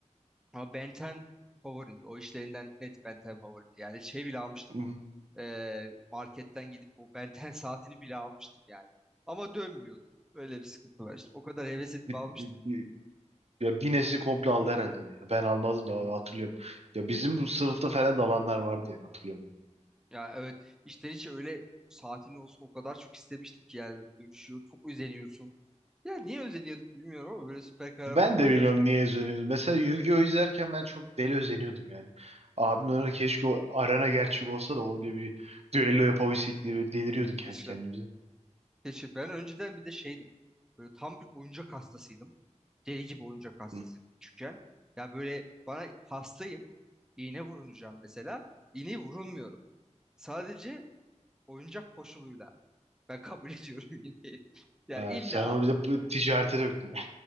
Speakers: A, in the centre; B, on the right.
A: Ama Ben 10 favorimdi. O işlerinden net Ben 10 favorimdi. Yani şey bile almıştım.
B: Alem.
A: Ee, marketten gidip o Ben 10 <laughs> saatini bile almıştım yani. Ama dönmüyordu. Öyle bir sıkıntı var işte. O kadar heves edip
B: Bir,
A: almıştım.
B: bir, bir- ya bir nesli komple aldı herhalde onu ya. Ben almadım da hatırlıyorum. Ya bizim bu sınıfta falan da alanlar vardı yani hatırlıyorum.
A: Ya evet içten içe öyle saatin olsun o kadar çok istemiştim ki yani böyle dönüşüyor. Çok özeniyorsun. Ya niye özeniyorduk bilmiyorum ama böyle süper kahraman
B: Ben
A: olayları
B: de biliyorum
A: çok
B: niye
A: güzel
B: özeniyordum. Mesela Yu-Gi-Oh izlerken ben çok deli özeniyordum yani. Abim öyle keşke o arena gerçek olsa da öyle bir düello yapabilsek diye böyle deliriyorduk kendi
A: geliyor.
B: kendimize.
A: Keşke ben önceden bir de şeydim. Böyle tam bir oyuncak hastasıydım. Deli gibi oyuncak hastasıydım
B: Hı.
A: küçükken. Ya böyle bana hastayım. iğne vurulacağım mesela. İğneyi vurulmuyorum. Sadece oyuncak koşuluyla. Ben kabul <laughs> ediyorum iğneyi. Ya
B: Evet,
A: illa
B: sen onu bir de bu ticarete döktün ya.